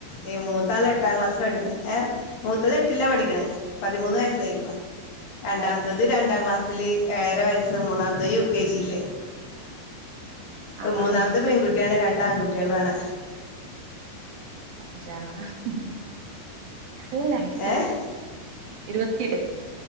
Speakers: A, on the left; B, on the right.
A: ഏ മൂത്താള് എട്ടാം ക്ലാസ്സില് പഠിക്കണ ഏ മൂത്തത് എട്ടിലാ പഠിക്കണെ
B: ആ
A: പതിമൂന്ന് വയസ്സായിരിക്കണോ രണ്ടാമത്തത്
B: ഓ
A: രണ്ടാം ക്ലാസ്സില് ഏറെ വയസ് മൂന്നാമത്തെ യുക്കെജി ല്ലേ
B: ആ
A: മൂന്നാമത്തെ
B: ആ
A: പെൺകുട്ടിയാണ് രണ്ട് ആൺകുട്ടികളാണ്
B: മഷ അല്ലല്ല എനക്ക് തറ്റ്സ്
A: ഏഹ്
B: ഇരുപത്തിയേഴു